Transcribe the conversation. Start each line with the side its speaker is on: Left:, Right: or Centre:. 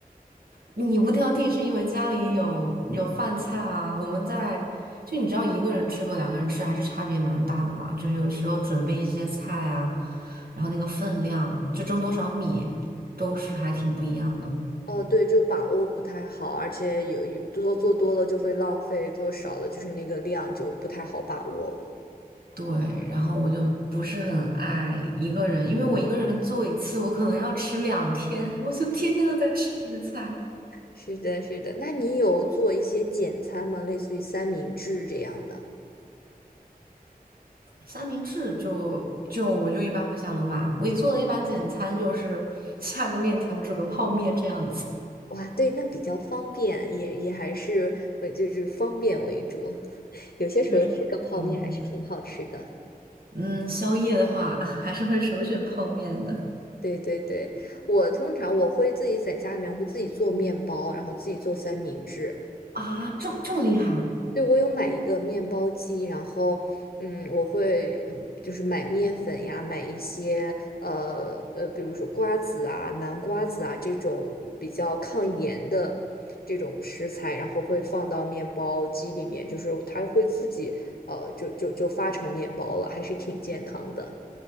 Right: 你不挑剔是因为家里有有饭菜啊，我们在就你知道一个人吃和两个人吃还是差别蛮大的嘛，就是有时候准备一些菜啊，然后那个分量就蒸多少米都是还挺不一样的。
Left: <laughs> 哦，对，就把握不太好，而且有有多做多了就会浪费，做少了就是那个量就不太好把握。
Right: 对，然后我就不是很爱一个人，因为我一个人做一次，我可能要吃两天，我就天天都在吃那个菜。
Left: 是的，是的，那你有做一些简餐吗？类似于三明治这样的？
Right: 三明治就就我就一般会下楼买了，我做的一般简餐就是 <laughs> 下个面条，煮个泡面这样子。
Left: 哇，对，那比较方便，也也还是会就是方便为主。<laughs> 有些时候吃个泡面还是挺好吃的。
Right: 确实，嗯嗯，宵夜的话 <laughs> 还是会首选泡面的。
Left: 对对对，我通常我会自己在家里面会自己做面包，然后自己做三明治，
Right: 啊，这么这么厉害？
Left: 对，我有买一个面包机，然后，嗯，我会，嗯，就是买面粉呀，买一些，呃呃，比如说瓜子啊、南瓜子啊这种比较抗炎的这种食材，然后会放到面包机里面，就是它会自己，呃，就就就发成面包了，还是挺健康的。